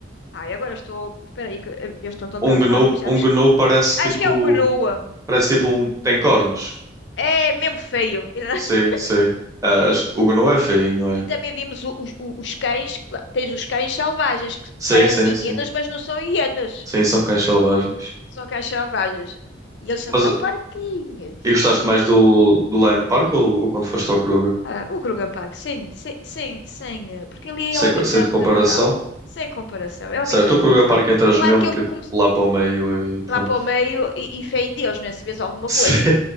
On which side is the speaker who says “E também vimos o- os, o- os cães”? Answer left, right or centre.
Left